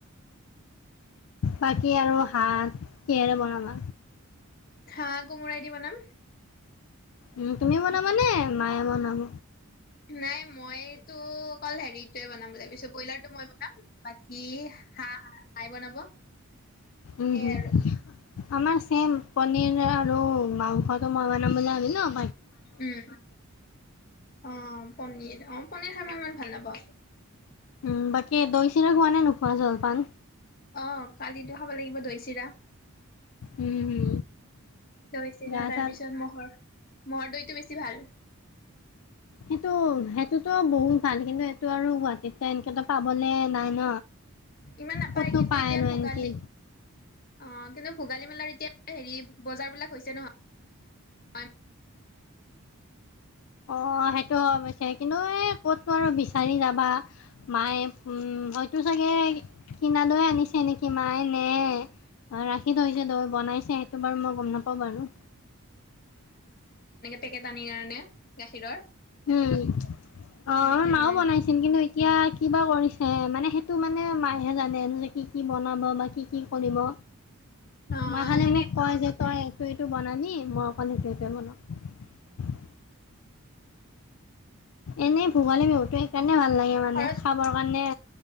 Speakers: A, on the left; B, on the left.
A: বাকী আৰু হাত। কিহেৰে বনাবা?
B: হা কোমোৰাই দি বনাম।
A: উ তুমিও বনাবানে
B: এ
A: মায়ে বনাব।
B: নাই মই। টো অকল হেৰিটোৱে বনাম বুলি ভাবিছো ব্ৰইলাৰটো মই বনাম বাকি হাঁ হাই বনাব।
A: উমম
B: সেয়াই আৰু
A: আমাৰ চম পনীৰ। আৰু মাংসটো মই মানে। <unintelligible>
B: উম অ', পনি- অ', পনীৰ খাই ম ইমান ভাল নাপাওঁ।
A: উম বাকী দৈ চিৰা হোৱা নে নোখোৱা জলপান।
B: অ কালিতো খাব লাগিব দৈ চিৰা।
A: উম, হু।
B: লৈছিল
A: গা
B: তাৰপিছত
A: চা
B: মহৰ। মৰ দৈটো বেছি ভাল।
A: সেইটো সেইটোতো বহুত ভাল কিন্তু সটো আৰু গুৱাহাটীত এনেকেতো পাবলে নাই ন।
B: ইমান নাপায়
A: ক'তনো
B: কিন্তু
A: পায়
B: এতিয়া
A: আৰু
B: ভোগালী
A: এনকি।
B: অ কিন্তু ভোগালী মেলাৰ এতিয়া হেৰি বজাৰ বিলাক হৈছে নহয়
A: অ সেইটো কিন্তু এই ক'তো আৰু বিচাৰি যাবা মায়ে হয়তো চাগে কিনা দৈ আনিছে নেকি মায়ে নে ৰাখি থৈছে দৈ বনাইছে সেইটো বাৰু মই গম নাপাওঁ বাৰু।
B: টেকেটানিৰ কাৰণে- গাখীৰৰ
A: উম। অ
B: সেনেকে
A: আমাৰ মাও
B: বনাই
A: বনাইছিল কিন্তু এতিয়া কিবা কৰিছে মানে সেই তটো মানে মাহহে জানে যে কি কি বনাব বা কি কি কৰিব।
B: অ
A: মই খালি
B: সেনেকে
A: মোক কয় যে তই ইটো সিটো বনাবি মই। মানে সেইটোৱে বনাও। এনেই ভোগালী বিহুতটো সেইকাৰণে ভাল লাগে মানে
B: ঘৰত
A: খাবৰ কাৰণে।